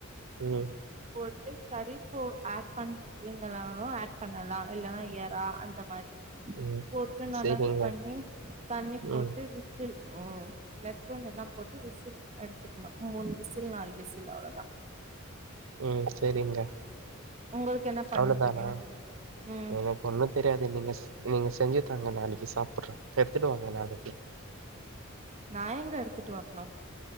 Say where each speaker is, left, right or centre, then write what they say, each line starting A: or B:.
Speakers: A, on the right; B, on the right.
A: ம்
B: போட்டு கறி இப்போ ஆட் பண்ணீங்களாலு ஆட் பண்ணலா இல்லெனா எறா அந்த மாரி
A: ம்.
B: போட்டு நல்லா
A: சரிங்க.
B: இது பண்ணி தண்ணி போட்டு
A: ம்,
B: விசில் ஓ மெக்ரோன் எல்லா போட்டு விசில் எடுத்துக்கெணு மூணு விசில் நாலு விசில் அவ்ளோதா
A: ம் செரிங்க
B: உங்களுக்கு என்ன பண்ண
A: அவ்ளோ தானா
B: தெரியு ம்
A: என க்கு ஒன்னு தெரியாது நீங்க ச் நீங்க செஞ்சு தாங்க நாளெக்கி சாப்புட்ற எடுத்துட்டுவாங்க நாளெக்கி
B: நாயெங்க எடுத்துட்டு வர்ணு